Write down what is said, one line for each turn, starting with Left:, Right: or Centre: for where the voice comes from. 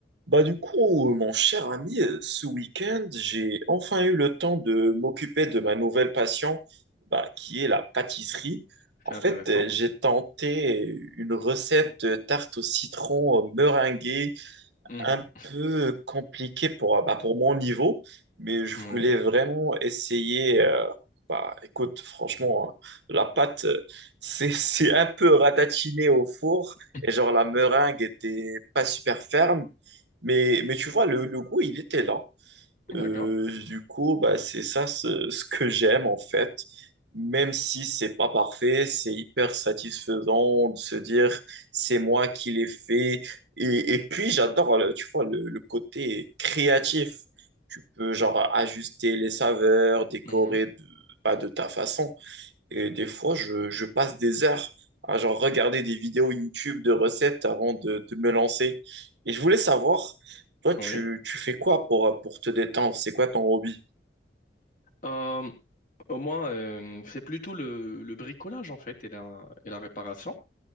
Right: Bah du coup, euh, mon cher ami, euh, ce week-end, j'ai enfin eu le temps de m'occuper de ma nouvelle passion, bah, qui est la pâtisserie. En
Left: C'est
Right: fait,
Left: intéressant.
Right: euh, j'ai tenté une recette de tarte au citron euh, meringuée
Left: Mhm.
Right: un peu compliqué pour, euh, bah, pour mon niveau, mais je
Left: Oui,
Right: voulais vraiment essayer. euh, bah, écoute, franchement, hein, la pâte, euh, <laughs> c'est, c'est un peu ratatiné au four
Left: <laughs>
Right: et genre la meringue était pas super ferme, mais, mais tu vois, le, le goût, il était là.
Left: d'accord.
Right: Euh, du coup, bah, c'est ça ce, ce que j'aime en fait. Même si c'est pas parfait, c'est hyper satisfaisant de se dire c'est moi qui l'ai fait. Et, et puis j'adore, le- tu vois, le, le côté créatif. Tu peux genre ajuster les saveurs, décorer
Left: Mhm.
Right: de, pas de ta façon. Et des fois, je, je passe des heures à genre regarder des vidéos YouTube de recettes avant de, de me lancer. Et je voulais savoir, toi, tu,
Left: Oui.
Right: tu fais quoi pour, pour te détendre? C'est quoi ton hobby?
Left: Euh, moi, euh, c'est plutôt le, le bricolage en fait et la, et la réparation.